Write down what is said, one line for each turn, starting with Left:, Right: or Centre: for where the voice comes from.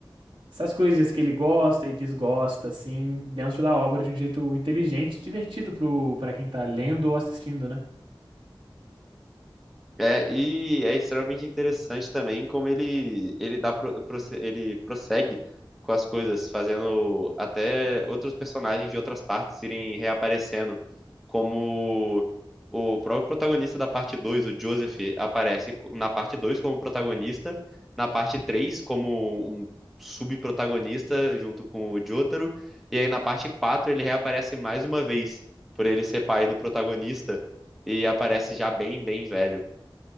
Right: essas coisas que ele gosta e desgosta, assim, dentro da obra de um jeito inteligente e divertido pro, para quem tá lendo ou assistindo, né?
Centre: É, e é extremamente interessante também como ele ele dá pro- prosse- ele prossegue com as coisas, fazendo até outros personagens de outras partes irem reaparecendo, como o próprio protagonista da parte 2 o Joseph, aparece co- na parte 2 como protagonista, na parte 3 como um subprotagonista junto com o Jotaro, e aí na parte 4 ele reaparece mais uma vez, por ele ser pai do protagonista, e aparece já bem, bem velho.